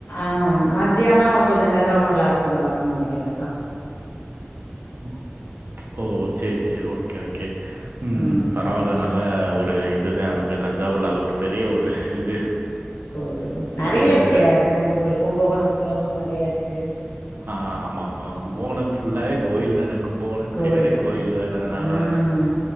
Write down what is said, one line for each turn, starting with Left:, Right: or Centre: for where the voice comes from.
Left: ஆஹ் மத்தியானம் கொஞ்சம் நேரம் லாக் பண்ணுவாங்கன்னு நனைக்கிறே
Right: ஓ ஓ சேரி சேரி ஓகே ஓகே உம்
Left: ம்
Right: பரவாயில்ல நல்ல ஒரு இதுதா அங்க தஞ்ச சாவூர்ல அது ஒரு பெரிய ஒரு இது
Left: கோயில் நறைய
Right: சுற்று
Left: இருக்கே
Right: ட்ராக்.
Left: அது மாரி கோயில் கும்பகோணத்துல எல்லா நறைய இருக்கு க்கு
Right: ஆஹ் ஆமா ஆமா கும்பகோணம் ஃபுல்லாவே கோயில் தான கும்போணம்னு
Left: கோயிலு
Right: பேரே கோயில்லான னால
Left: ம்
Right: தானே